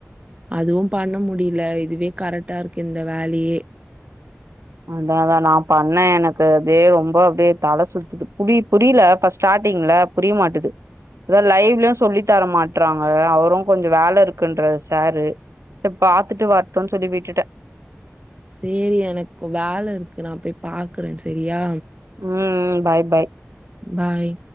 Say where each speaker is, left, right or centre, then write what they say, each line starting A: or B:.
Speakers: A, on the right (about 25°); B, on the right (about 85°).
A: அதுவு பண்ண முடில இதுவே கரெக்டா இருக்கு இந்த வேலயே
B: அதா அதா நா பண்ண எனக்கு அதே ரொம்ப அப்டியே தல சுத்துது பு புரில அப்ப ஸ்டார்ட்டிங்ல புரிய மாட்டுது அதா லைவ்லயு சொல்லித் தர மாட்டறாங்க அவரு கொஞ்சோ வேல இருக்குன்றாரு சாரு இத பாத்துட்டு வரட்டுன்னு சொல்லி விீட்டுட்ட
A: சேரி எனக்கு வேல இருக்கு நா போய் பாக்கறே செரியா
B: ம் பாய் பாய்
A: பாய்